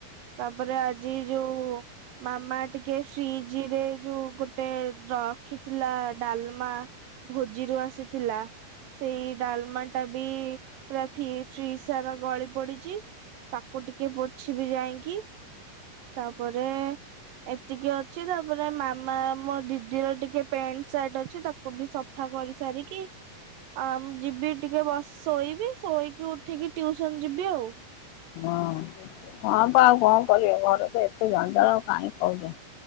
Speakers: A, on the right; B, on the left.
A: ତାପରେ ଆଜି ଯୋଉ ମାମା ଟିକେ ଫ୍ରିଜ୍ ରେ ଯୋଉ ଗୋଟେ ରଖିଥିଲା ଡାଲମା ଭୋଜିରୁ ଆସିଥିଲା। ସେଇ ଡାଲମା ଟା ବି ପୁରା ଫି ଫ୍ରିଜ୍ ସାରା ଗଳି ପଡିଛି ତାକୁ ଟିକେ ପୋଛିବି ଯାଇଁକି। ତାପରେ ଏତିକି ଅଛି ତାପରେ ମାମା ମୋ ଦିଦିର ଟିକେ ପ୍ୟାଣ୍ଟ ସାର୍ଟ ଅଛି ତାକୁ ବି ସଫା କରି ସାରିକି ଆ ମୁଁ ଯିବି ଟିକେ ବ ଶୋଇବି ଶୋଇକି ଉଠିକି ଟିୟୁସନ୍ ଯିବି ଆଉ।
B: ହଁ ହଁ ପା ଆଉ କଣ କରିବ ଘର ତ ଏତେ ଜଞ୍ଜାଳ ଆଉ କାହିଁ କହୁଛ।